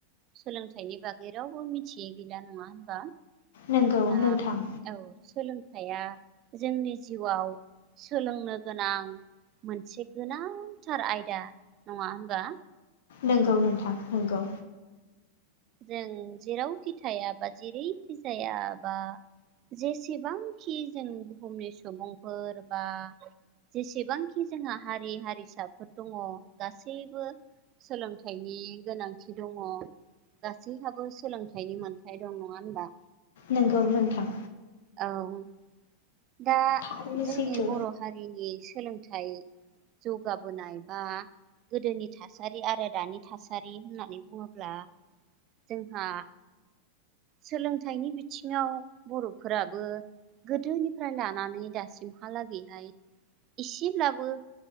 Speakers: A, on the right (about 35°); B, on the left (about 55°).
A: सोलोंथाइनि बागै रावबो मिथियै गैला नङा होनबा?
B: नोंगौ
A: दा
B: नोंथां।
A: औ सोलोंथाइया जोंनि जिउआव सोलोंनो गोनां मोनसे गोनांथार आयदा नङा होमबा?
B: नंगौ नोंथां। नोंगौ।
A: जों जेरावखि थाया बा जेरैखि जाया बा जेसेबांखि जों बुहुमनि सुबुंफोर बा जेसेबांखि जोंहा हारि हारिसाफोर दङ गासैबो सोलोंथाइनि गोनां थि दङ। गासैहाबो सोलोंथाइनि मोनथाय दं नङा होनबा?
B: नोंगौ नोंथां।
A: औ। दा
B: थारैनो
A: जोंनि
B: सैथो
A: बर' हारिनि सोलोंथाइ जौगाबोनाय बा गोदोनि थासारि आरो दानि थासारि होननानै बुङोब्ला जोंहा सोलोंथाइनि बिथिङाव बर'फोराबो गोदोनि फ्राय लानानै दासिमहालागैहाय एसेब्लाबो